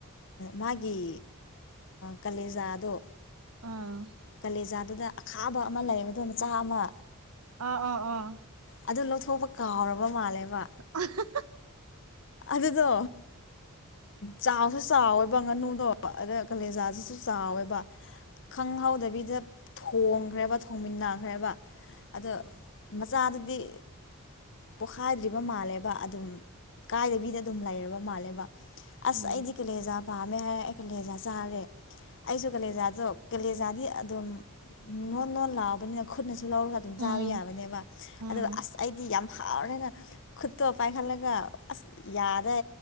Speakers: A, on the left; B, on the right.
A: ꯃꯥꯒꯤ ꯀꯂꯦꯖꯥꯗꯣ
B: ꯑꯥ
A: ꯀꯂꯦꯖꯥꯗꯨꯗ ꯑꯈꯥꯕ ꯑꯃ ꯂꯩꯕꯗꯣ ꯃꯆꯥ ꯑꯃ
B: ꯑ ꯑꯣ ꯑꯣ
A: ꯑꯗꯨ ꯂꯧꯊꯣꯛꯄ ꯀꯥꯎꯔꯕ ꯃꯥꯜꯂꯦꯕ
B: <unintelligible>
A: ꯑꯗꯨꯗꯣ ꯆꯥꯎꯁꯨ ꯆꯥꯎꯋꯦꯕ ꯉꯥꯅꯨꯗꯣ ꯑꯗ ꯀꯂꯦꯖꯥꯁꯤꯁꯨ
B: ꯑꯥ ꯎꯝ
A: ꯆꯥꯎꯋꯦꯕ ꯈꯪꯍꯧꯗꯕꯤꯗ ꯊꯣꯡꯈ꯭ꯔꯦꯕ ꯊꯣꯡꯃꯤꯟꯅꯈ꯭ꯔꯦꯕ ꯑꯗꯣ
B: ꯑꯣ
A: ꯃꯆꯥꯗꯨꯗꯤ ꯄꯣꯈꯥꯏꯗ꯭ꯔꯤꯕ ꯃꯥꯜꯂꯦꯕ ꯑꯗꯨꯝ ꯀꯥꯏꯗꯕꯤꯗ ꯑꯗꯨꯝ ꯂꯩꯔꯕ ꯃꯥꯜꯂꯦꯕ ꯑꯁ
B: ꯎꯝ
A: ꯑꯩꯗꯤ ꯀꯦꯂꯦꯖꯥ ꯄꯥꯝꯃꯦ ꯍꯥꯏꯔ ꯑꯩ ꯀꯂꯦꯖꯥ ꯆꯥꯔꯦ ꯑꯩꯁꯨ ꯀꯦꯂꯦꯖꯥꯗ ꯀꯦꯂꯦꯖꯥꯗꯤ ꯑꯗꯨꯝ ꯅꯣꯟ ꯅꯣꯟ ꯂꯥꯑꯣꯕꯅꯤꯅ ꯈꯨꯠꯅꯁꯨ ꯂꯧꯔꯒ ꯑꯗꯨꯝ
B: ꯎꯝ
A: ꯆꯥꯕ ꯌꯥꯕꯅꯦꯕ
B: ꯎꯝ
A: ꯑꯗ ꯑꯁ ꯑꯩꯗꯤ ꯌꯥꯝ ꯍꯥꯎꯔꯅꯤꯅ ꯈꯨꯠꯇꯣ ꯄꯥꯏꯈꯠꯂꯒ ꯑꯁ ꯌꯥꯗꯦ